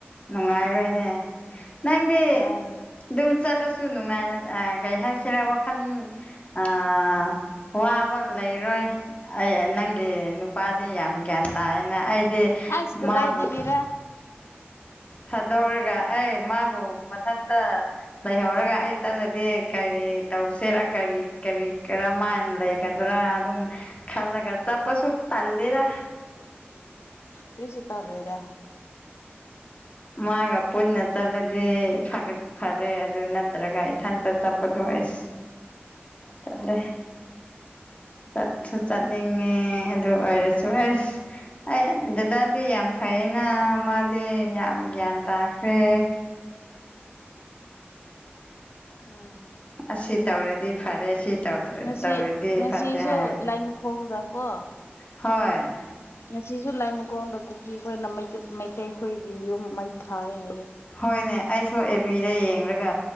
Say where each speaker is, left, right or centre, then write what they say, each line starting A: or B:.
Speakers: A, on the left; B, on the left.
A: ꯅꯨꯡꯉꯥꯏꯔꯣꯏꯅꯦ
B: ꯎꯝ
A: ꯅꯪꯗꯤ
B: ꯃꯥꯅꯦ
A: ꯑꯗꯨꯝ ꯆꯠꯂꯨꯁꯨ ꯅꯨꯡꯉꯥꯏ ꯀꯩ ꯍꯥꯏꯁꯤꯔꯥ ꯋꯥꯈꯟ ꯑꯥ ꯋꯥꯕ ꯂꯩꯔꯣꯏ ꯑꯩ ꯅꯪꯒꯤ ꯅꯨꯄꯥꯗꯤ ꯌꯥꯝ ꯒ꯭ꯌꯥꯟ ꯇꯥꯌꯦꯅ ꯑꯩꯗꯤ
B: ꯑꯁ ꯀꯗꯥꯏꯗꯒꯤꯔ
A: ꯃꯥꯕꯨ ꯊꯥꯗꯣꯛꯔꯒ ꯑꯩ ꯃꯥꯕꯨ ꯃꯊꯟꯇ ꯂꯩꯍꯧꯔꯒ ꯑꯩ ꯆꯠꯂꯗꯤ ꯀꯔꯤ ꯇꯧꯁꯤꯔꯥ ꯀꯔꯤ ꯀꯔꯤ ꯀꯔꯝꯃꯥꯏꯅ ꯂꯩꯒꯗꯔꯥ ꯑꯗꯨꯝ ꯈꯥꯟꯂꯒ ꯆꯠꯄꯁꯨ ꯇꯜꯂꯤꯗ
B: ꯀ꯭ꯔꯤꯁꯨ ꯇꯧꯔꯣꯏꯗ
A: ꯃꯥꯒ ꯄꯨꯟꯅ ꯆꯠꯂꯗꯤ ꯐꯒ ꯐꯔꯦ ꯑꯗꯨ ꯅꯠꯇ꯭ꯔꯒ ꯏꯊꯟꯇ ꯆꯠꯄꯗꯣ ꯑꯩꯁ ꯆꯠꯂꯦ ꯆꯠꯁꯨ
B: ꯎꯝ
A: ꯆꯠꯅꯤꯡꯉ
B: ꯍꯣꯏ
A: ꯑꯦ ꯑꯗꯨ ꯑꯣꯏꯔꯁꯨ ꯑꯁ ꯑꯩ ꯗꯗꯥꯗꯤ ꯌꯥꯝ ꯐꯌꯦꯅ ꯃꯥꯗꯤ ꯌꯥꯝ ꯒ꯭ꯌꯥꯟ ꯇꯥꯈ꯭ꯔꯦ
B: ꯎꯝ
A: ꯑꯁꯤ ꯑꯁꯤ ꯇꯧꯔꯗꯤ ꯐꯔꯦ ꯁꯤ ꯇꯧꯗ꯭ꯔ
B: ꯉꯁꯤ
A: ꯇꯧꯔꯗꯤ
B: ꯉꯁꯤꯁꯨ
A: ꯐꯠꯇꯦ ꯍꯥꯏ
B: ꯂꯥꯏ ꯃꯈꯣꯡꯗꯀꯣ
A: ꯍꯣꯏ
B: ꯉꯁꯤꯁꯨ ꯂꯥꯏꯃꯈꯣꯡꯗ ꯀꯨꯀꯤ ꯑꯩꯈꯣꯏꯅꯩ ꯃꯩꯇꯩ ꯑꯩꯈꯣꯏꯒꯤ ꯌꯨꯝ ꯃꯩ ꯊꯥꯏ ꯍꯥꯏꯌꯦ
A: ꯍꯣꯏꯅꯦ ꯑꯩꯁꯨ ꯑꯦꯕꯤꯗ ꯌꯦꯡꯂꯡꯒ